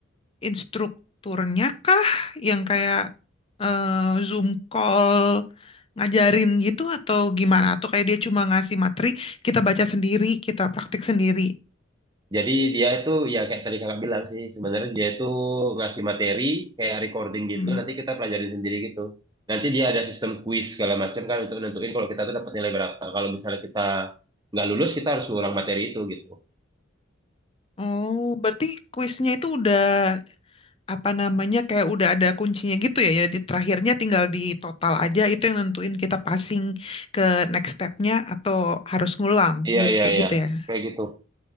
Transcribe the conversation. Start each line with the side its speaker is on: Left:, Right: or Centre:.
Left: instrukturnya kah yang kayak eh, Zoom call ngajarin gitu atau gimana? Atau kayak dia cuma ngasih materi, kita baca sendiri, kita praktik sendiri.
Right: Jadi dia itu ya kayak tadi kakak bilang sih sebenarnya dia itu ngasih materi kayak recording gitu.
Left: Hmm.
Right: Nanti kita pelajarin sendiri gitu. Nanti dia ada sistem quiz segala macam kan untuk nentuin kalau kita tuh dapat nilai berapa. Kalau misalnya kita nggak lulus kita harus ngulang materi itu gitu.
Left: Oh, berarti kuisnya itu udah apa namanya kayak udah ada kuncinya gitu ya. Jadi terakhirnya tinggal di total aja itu yang nentuin kita passing ke next stepnya atau harus ngulang
Right: Iya
Left: gitu
Right: iya
Left: kayak
Right: iya
Left: gitu ya.
Right: kayak gitu.